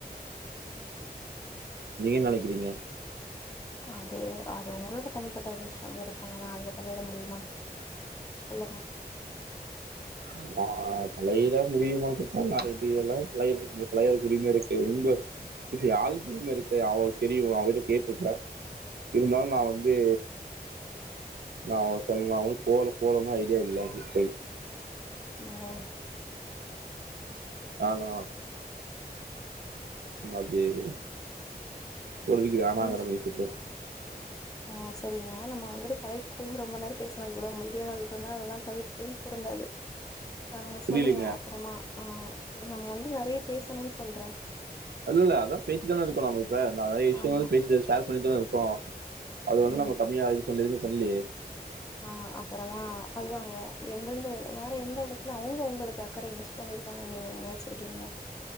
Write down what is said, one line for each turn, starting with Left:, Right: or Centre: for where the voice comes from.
Left: ம்
Right: நீங்க என்ன நெனைக்கிறீங்க
Left: அது அது உங்களோட தனிப்பட்ட ஒரு விஷ்யோ இருக்காங்க நா அதுல தலையிட முடி மா சொல்லுங்க
Right: அதா தலையிட முடியுமான் கேட்டா எல்லா தலையி தலையறை உரிமை இருக்கு உங்க வீட்ல அவளுக்கு தெரியு அவகிட்ட கேட்டுருக்க இருந்தாலு நா வந்து நா ஒன்னு சொல்லாமா போற போறமா ஐடியா இல்ல அது சொல்
Left: அம்மா
Right: ஆனா மத்தி இரு பொறுதிக்கு வேணாங்குறது
Left: ப்ளீஸ்
Right: <unintelligible>
Left: ஆ சரிங்க நம்ம வந்துட்டு கலைக்குள்ள ரொம்ப நேரோ பேஸ் எவ்வளவு மத்திய இருந்ததுக்கு அப்புறமா அதெல்லா தலைப்புகளு பொருந்தாது அ
Right: புரியலீங்க
Left: சொல்லுங்க அப்புறமா ஆ நம்ம வந்து நெறைய பேசணுன் சொல்ற
Right: இல்ல அதா பேசித்தான இருக்கோ நாம இப்ப நெறைய விஷ்யோங்கள்
Left: ஆமா
Right: பேசி ஷேர் பண்ணிதான இருக் போ அது வந்து
Left: ம்
Right: நம்ம கம்மியா இது சொல்ல எதுமே பண்லியே
Left: ஆ அப்புறமா அதாங்க எந்தந்த வேற எந்த எடத்துல து அவங்க உங்களுக்கு அக்கறை மிஸ் பண்ணிருக்காங்கன் நீங்க நெனச்சிருக்கீங்களா